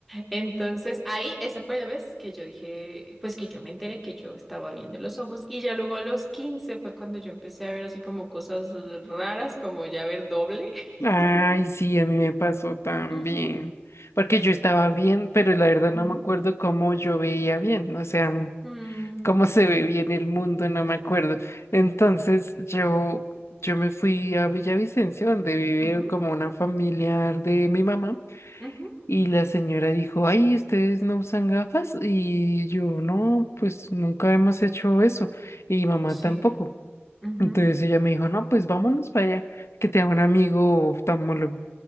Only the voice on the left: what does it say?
Ay,
sí, a mí me pasó también.
Porque yo estaba bien, pero la verdad no
me acuerdo cómo yo veía bien. O sea.
cómo se ve bien el mundo, no me acuerdo. Entonces yo, yo me fui a Villavicencio, donde vive
como una familiar de mi mamá,
y la señora dijo, ay, ¿ustedes no usan gafas? Y yo, no, pues nunca hemos hecho eso, y mamá
tampoco.
Entonces ella me dijo, no, pues vámonos para allá, que te haga un amigo oftalmólogo.